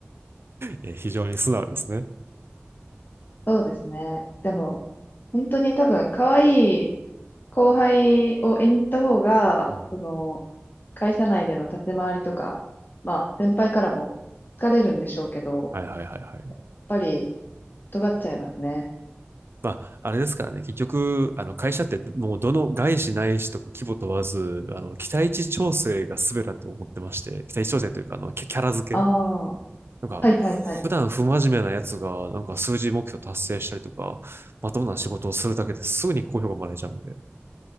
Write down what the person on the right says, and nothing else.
え非常に素直ですね。
うん
はいはいはいはい。
まあ、あれですからね、結局、あの会社ってもうどの外資ないしとか規模問わず、あの期待値調整が全てだと思ってまして、期待値調整というかあのキャキャラ付け
なんか、
普段不真面目なやつがなんか数字目標達成したりとか、まともな仕事をするだけですぐに好評がもらえちゃうんで、